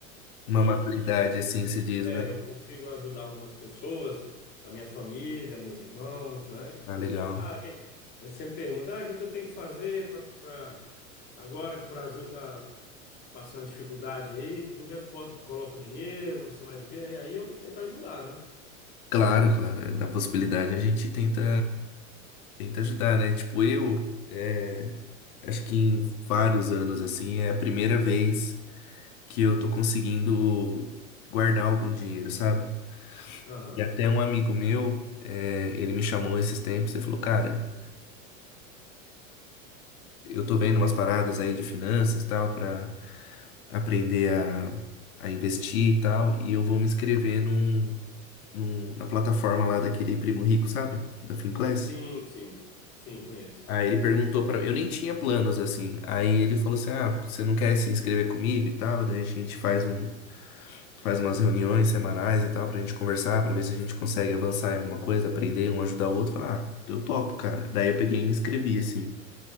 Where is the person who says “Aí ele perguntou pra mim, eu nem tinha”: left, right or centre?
Left